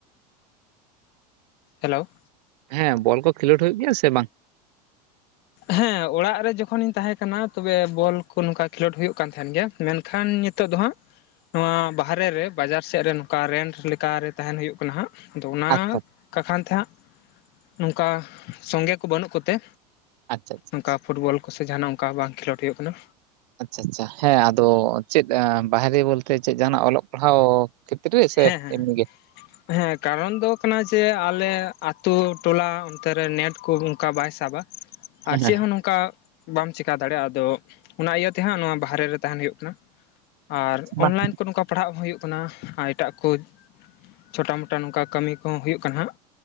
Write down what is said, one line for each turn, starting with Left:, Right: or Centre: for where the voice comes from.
Left: ᱦᱮᱞᱳᱣ
Right: ᱦᱮᱸ ᱵᱚᱞ ᱠᱚ ᱠᱷᱮᱞᱳᱰ ᱦᱩᱭᱩᱜ ᱜᱮᱭᱟ ᱥᱮ ᱵᱟᱝ?
Left: ᱦᱮᱸ ᱚᱲᱟᱜ ᱨᱮ ᱡᱚᱠᱷᱚᱱᱤᱧ ᱛᱟᱦᱮᱸ ᱠᱟᱱᱟ ᱛᱚᱵᱮ ᱵᱚᱞ ᱠᱚ ᱱᱚᱝᱠᱟ ᱠᱷᱮᱞᱳᱰ ᱦᱩᱭᱩᱜ ᱠᱟᱱ ᱛᱟᱦᱮᱱ ᱜᱮᱭᱟ ᱢᱮᱱᱠᱷᱟᱱ ᱱᱤᱛᱚᱜ ᱫᱚ ᱦᱟᱸᱜ ᱱᱚᱣᱟ ᱵᱟᱦᱮᱨᱮ ᱨᱮ ᱵᱟᱡᱟᱨ ᱥᱮᱫ ᱨᱮ ᱱᱚᱝᱠᱟ ᱨᱮᱱᱴ ᱞᱮᱠᱟᱨ ᱨᱮ ᱛᱟᱦᱮᱱ ᱦᱩᱭᱩᱜ ᱠᱟᱱᱟ ᱦᱟᱸᱜ ᱟᱫᱚ ᱚᱱᱟ
Right: ᱟᱪᱪᱷᱟ
Left: ᱠᱟᱠᱷᱟᱱ ᱛᱮᱦᱟᱸᱜ ᱱᱚᱝᱠᱟ ᱥᱚᱸᱜᱮ ᱠᱚ ᱵᱟᱹᱱᱩᱜ ᱠᱚᱛᱮ
Right: ᱟᱪᱪᱷᱟ ᱟᱪᱪᱷᱟ
Left: ᱱᱚᱝᱠᱟ
Right: ᱟᱪᱪᱷᱟ
Left: ᱯᱷᱩᱴᱵᱚᱞ ᱠᱚᱥᱮ ᱡᱟᱦᱟᱱᱟᱜ ᱚᱱᱠᱟ ᱵᱟᱝ ᱠᱷᱮᱞᱳᱰ ᱦᱩᱭᱩᱜ ᱠᱟᱱᱟ
Right: ᱟᱪᱪᱷᱟ ᱟᱪᱪᱷᱟ ᱦᱮᱸ ᱟᱫᱚ ᱪᱮᱫ ᱵᱟᱭᱨᱮ ᱵᱚᱞᱛᱮ ᱪᱮᱫ ᱡᱟᱦᱱᱟᱜ ᱚᱞᱚᱜ ᱯᱟᱲᱦᱟᱣ ᱠᱷᱮᱛᱨᱮ ᱥᱮ
Left: ᱦᱮᱸ ᱦᱮᱸ
Right: ᱮᱢᱱᱤ ᱜᱮ?
Left: ᱦᱮᱸ ᱠᱟᱨᱚᱱ ᱫᱚ ᱠᱟᱱᱟ ᱡᱮ ᱟᱞᱮ ᱟᱛᱳ ᱴᱚᱞᱟ ᱚᱱᱛᱮ ᱨᱮ ᱱᱮᱴ ᱠᱚ ᱚᱱᱠᱟ ᱵᱟᱭ ᱥᱟᱵᱟ
Right: ᱦᱮᱸ
Left: ᱟᱨ ᱪᱮᱫ
Right: ᱦᱮᱸ
Left: ᱦᱚᱸ ᱱᱚᱝᱠᱟ ᱵᱟᱢ ᱪᱮᱠᱟ ᱫᱟᱲᱮᱭᱟᱜᱼᱟ ᱟᱫᱚ ᱚᱱᱟ ᱤᱭᱟᱹ ᱛᱮᱦᱟᱸ ᱱᱚᱣᱟ ᱵᱟᱦᱟᱨᱮ ᱨᱮ ᱛᱟᱦᱮᱱ ᱦᱩᱭᱩᱜ ᱠᱟᱱᱟ ᱟᱨ
Right: ᱵᱟᱝ
Left: ᱚᱱᱞᱟᱭᱤᱱ ᱠᱚ ᱱᱚᱝᱠᱟ ᱯᱟᱲᱦᱟᱜ ᱦᱚᱸ ᱦᱩᱭᱩᱜ ᱠᱟᱱᱟ ᱮᱴᱟᱜ ᱠᱚ ᱪᱷᱳᱚᱴᱟ ᱢᱳᱚᱴᱟ ᱱᱚᱝᱠᱟ ᱠᱟᱹᱢᱤ ᱠᱚᱦᱚᱸ ᱦᱩᱭᱩᱜ ᱠᱟᱱᱟ ᱦᱟᱸᱜ